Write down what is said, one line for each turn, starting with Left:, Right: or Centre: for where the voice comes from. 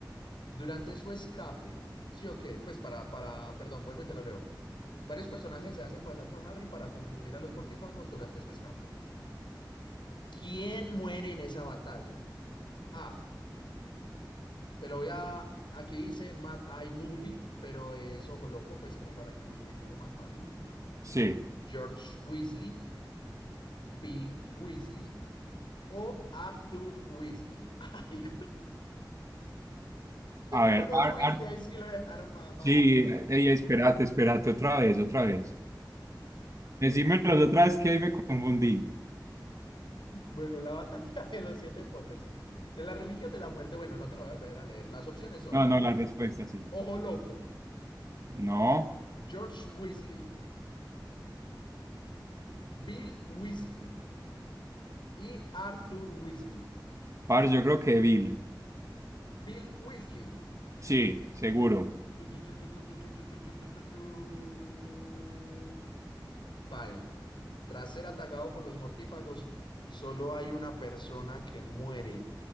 Left: Durante su escape, ¿sí o qué? Pues para, para, perdón, vuelvo y te lo leo. Varios personajes se hacen pasar por Harry para confundir a los mortífagos durante su escape. ¿Quién muere en esa batalla? Ah, te lo voy a... Aquí dice Matt I. Moody, pero es ojo loco, pues como para que nos ubiquemos más fácil.
Right: Sí.
Left: George Weasley, Bill Weasley o Arthur Weasley. <laughs> Ay,
Right: A ver,
Left: puros
Right: ar-
Left: Weasley,
Right: ar-
Left: ahí sí lo dejaron mamando.
Right: sí, ey, espérate, espérate, otra vez, otra vez. Decímelo otra vez que ahí me confundí.
Left: Bueno, la batalla de los siete Potters. En la religión de la muerte, bueno, no te la voy a volver a leer. Las opciones son
Right: No, no, la respuesta sí.
Left: Ojo Loco,
Right: No,
Left: George Weasley, Bill Weasley y Arthur Weasley.
Right: par, yo creo que Bill.
Left: Bill Weasley.
Right: Sí, seguro.
Left: Tu, tu, tu, tu, tu, tu, tu, tu, tu, tu, tu, tu, tu. Pae. Tras ser atacado por los mortífagos, solo hay una persona que muere.